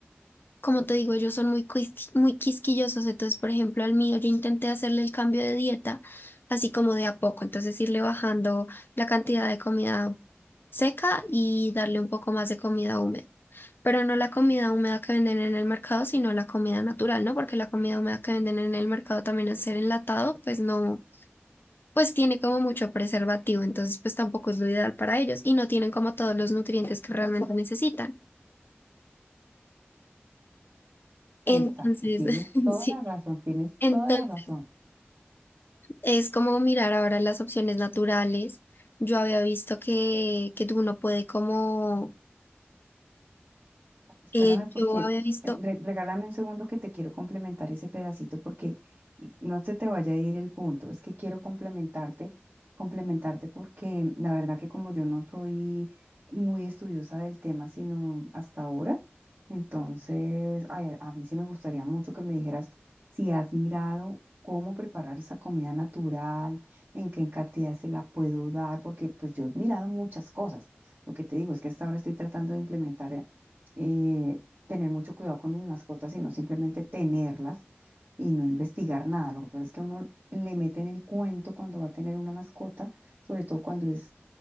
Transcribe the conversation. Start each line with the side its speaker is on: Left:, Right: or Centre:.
Left: Como te digo, ellos son muy, quis- muy quisquillosos, entonces, por ejemplo, al mío yo intenté hacerle el cambio de dieta, así como de a poco, entonces irle bajando la cantidad de comida seca y darle un poco más de comida húmeda. Pero no la comida húmeda que venden en el mercado, sino la comida natural, ¿no? Porque la comida húmeda que venden en el mercado también al ser enlatado, pues no pues tiene como mucho preservativo, entonces pues tampoco es lo ideal para ellos y no tienen como todos los nutrientes que realmente necesitan. Entonces,
Right: Exacto, tienes
Left: <laughs>
Right: toda
Left: sí,
Right: la razón, tienes
Left: entonces
Right: toda la razón.
Left: es como mirar ahora las opciones naturales. Yo había visto que, que uno puede como,
Right: Espérame
Left: eh,
Right: porque
Left: yo había visto,
Right: eh, re- regálame un segundo que te quiero complementar ese pedacito porque mm, no se te vaya a ir el punto. Es que quiero complementarte, complementarte porque la verdad que como yo no soy muy estudiosa del tema, sino hasta ahora, entonces ay, a mí sí me gustaría mucho que me dijeras si has mirado cómo preparar esa comida natural, en qué cantidad se la puedo dar, porque pues yo he mirado muchas cosas. Lo que te digo es que hasta ahora estoy tratando de implementar. eh, eh, tener mucho cuidado con mis mascotas, sino simplemente tenerlas y no investigar nada. Lo que pasa es que a uno le mete en el cuento cuando va a tener una mascota, sobre todo cuando es